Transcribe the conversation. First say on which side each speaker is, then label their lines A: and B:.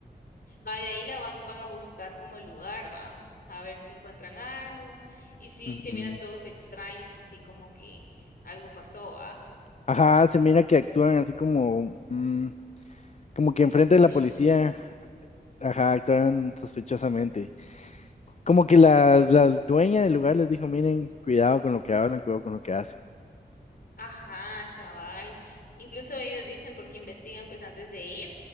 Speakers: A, on the left; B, on the left.
A: Va, y de ahí la van, van a buscar como el lugar, va, a ver si encuentran algo. Y si
B: ujú.
A: se miran todos extraños, así como que algo pasó, va.
B: Ajá, se mira que actúan así como, mm, como
A: Suspicious.
B: que enfrente de la policía Ajá, actúan sospechosamente. Como que la, la dueña del lugar les dijo, miren, cuidado con lo que hablan, cuidado con lo que hacen.
A: Ajá, cabal. Incluso ellos dicen, porque investigan pues antes de ir,